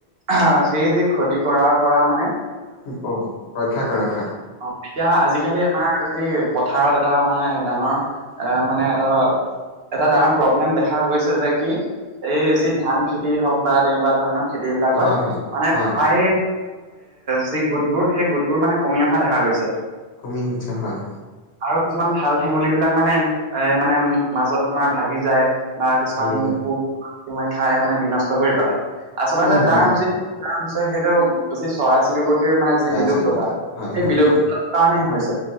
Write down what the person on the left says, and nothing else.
হে প্ৰভু ৰক্ষা কৰক
হয় হয়
হয়
কমি আহিছে হয়।
ভাগি যায়
উম
উম
উম
চৰাই
চিৰিকটি হয়
হয়
হয় হয়